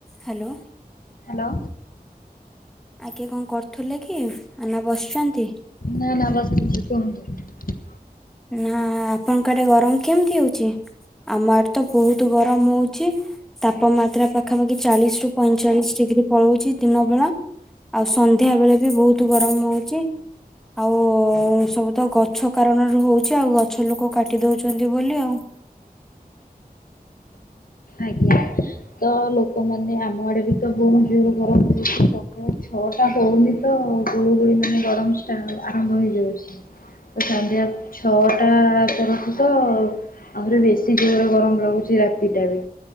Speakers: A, in the centre; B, on the left (about 65°).
A: Hello.
B: Hello.
A: ଆଜ୍ଞା କଣ କରୁଥିଲେ କି ନା ବସିଛନ୍ତି।
B: ନା ନା ବସିଥିଲି। କହନ୍ତୁ
A: ନା ଆପଣଙ୍କ ଆଡେ ଗରମ କେମିତି ହଉଛି ଆମ ଆଡେ ତ ବହୁତ ଗରମ ହଉଛି ତାପମାତ୍ରା ପାଖାପାଖି ଚାଳିଶ ରୁ ପଇଁଚାଳିଶ ଡିଗ୍ରୀ ପଳଉଛି ଦିନ ବେଳା ଆଉ ସନ୍ଧ୍ୟା ବେଳେ ବି ବହୁତ ଗରମ ହଉଛି ଆଉ ସବୁ ତ ଗଛ କାରଣରୁ ହଉଛି ଆଉ ଗଛ ଲୋକ କାଟି ଦଉଛନ୍ତି ବୋଲି ଆଉ
B: ଆଜ୍ଞା। ତ ଲୋକମାନେ ଆମ ଆଡେ ବି ତ ବହୁ ଜୋର ଗରମ ହଉଛି। ଏ ଛଅଟା ହଉନି। ତ ଗୁଳୁଗୁଳି ମାନେ ଗରମ ଷ୍ଟା ଆରମ୍ଭ ହେଇଯାଉଛି ତ ସନ୍ଧ୍ୟା ଛଅ ଟା ପରଠୁ ତ ଆହୁରି ବେଶି ଜୋରେ ଗରମ ଲାଗୁଛି ରାତିଟା ବି।